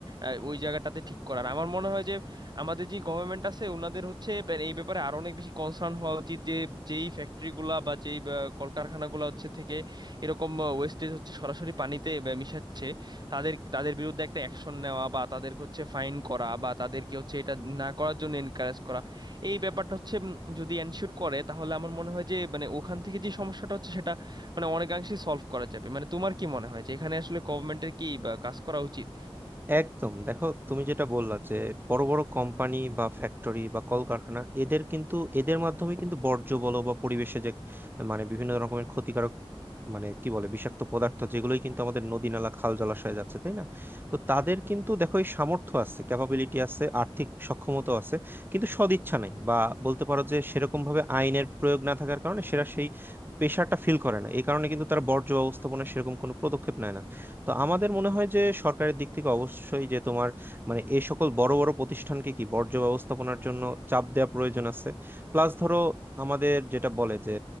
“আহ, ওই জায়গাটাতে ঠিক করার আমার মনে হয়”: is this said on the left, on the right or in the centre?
Right